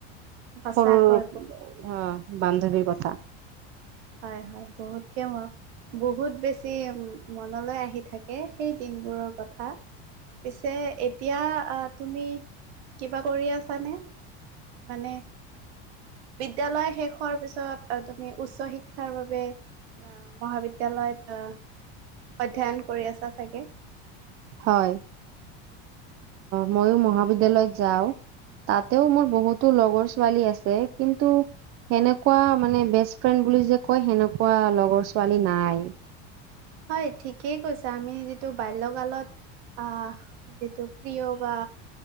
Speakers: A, on the right; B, on the right.
A: সঁচাকৈ
B: সৰুৰ অঁ বান্ধৱীৰ কথা।
A: হয় হয় বহুত কে মোৰ বহুত বেছি মনলৈ আহি থাকে সেই দিনবোৰৰ কথা। পিছে এতিয়া তুমি কিবা কৰি আছানে? মানে বিদ্যালয় শেষৰ হোৱাৰ পিছত তুমি উচ্চ শি ক্ষাৰ বাবে অঁ মহাবিদ্যালয়ত অঁ অধ্যয়ন কৰি আছা চাগে।
B: হয় মইয়ো মহাবিদ্যালয়ত যাওঁ। তাতেও মোৰ বহুতো লগৰ ছোৱালী আছে, কিন্তু সেনেকুৱা মানে বেষ্ট ফ্ৰেণ্ড বুলি যে কয়, সেনেকুৱা লগৰ ছোৱালী নাই।
A: হয় ঠিকেই কৈছা, আমি যিটো বাল্যকালত আহঁ যিটো প্ৰিয় বা